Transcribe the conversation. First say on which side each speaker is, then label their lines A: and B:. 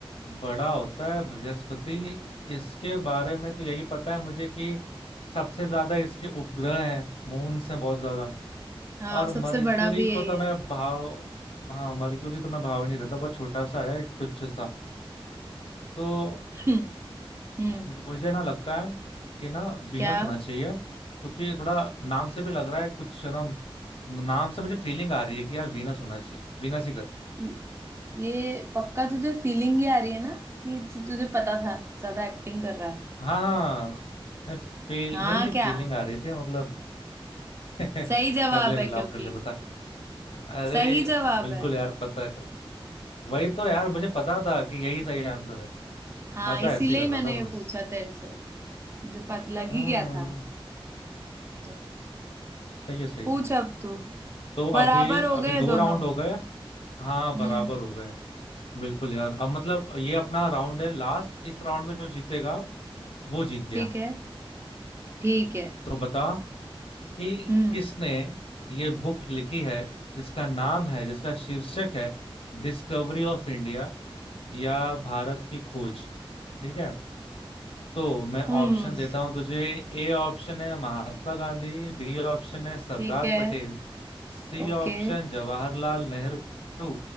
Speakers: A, on the left (about 80°); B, on the right (about 25°).
A: बड़ा होता है बृहस्पति इसके बारे में तो यही पता है मुझे कि सबसे ज्यादा इसके उपग्रह हैं मून से बहुत ज्यादा
B: हाँ
A: और
B: सबसे
A: मर्क्यूरी
B: बड़ा भी
A: को
B: यही
A: तो
B: है
A: मैं
B: <laughs>
A: भाव हाँ मर्क्यूरी तो मैं भाव ही नहीं देता बहुत छोटा सा है तुच्छ सा तो
B: हम्म हम्म,
A: मुझे ना लगता है कि ना वीनस
B: क्या
A: होना चाहिए क्योंकि थोड़ा नाम से भी लग रहा है कुछ ना नाम से मुझे फीलिंग आ रही है कि यार वीनस होना चाहिए वीनस ही कर
B: ये ये पक्का तुझे फीलिंग ही आ रही है ना कि तु- तुझे पता था ज्यादा एक्टिंग कर रहा है
A: हाँ हाँ नहीं फील
B: हाँ
A: नहीं नहीं
B: क्या
A: फीलिंग आ रही थी मतलब <laughs>
B: सही जवाब
A: कर ले
B: है
A: लॉक
B: क्योंकि
A: कर ले बता अरे
B: सही जवाब
A: बिल्कुल
B: है
A: यार पता है था वही तो यार मुझे पता था कि यही सही आंसर है
B: हाँ
A: मैं तो
B: इसीलिए
A: ऐसे ही कर
B: ही मैंने
A: रहा था
B: ये
A: बस
B: पूछा तेरे से मुझे पता लग
A: हम्म
B: ही गया था तो
A: सही है सही
B: पूछ
A: है
B: अब तू
A: तो
B: बराबर
A: अभी
B: हो
A: अभी
B: गए
A: दो
B: दोनों
A: राउंड हो गए हाँ
B: हम्म
A: बराबर हो गए बिल्कुल यार अब मतलब ये अपना राउंड है लास्ट इस राउंड में जो जीतेगा वो जीत गया
B: ठीक है ठीक है
A: तो बता कि
B: हम्म
A: किसने ये बुक लिखी है जिसका नाम है जिसका शीर्षक है डिस्कवरी ऑफ इंडिया या भारत की खोज ठीक है तो मैं
B: हम्म
A: ऑप्शन देता हूं तुझे ए ऑप्शन है महात्मा गांधी बी ऑप्शन है सरदार
B: ठीक है
A: पटेल सी
B: Okay
A: ऑप्शन जवाहरलाल नेहरू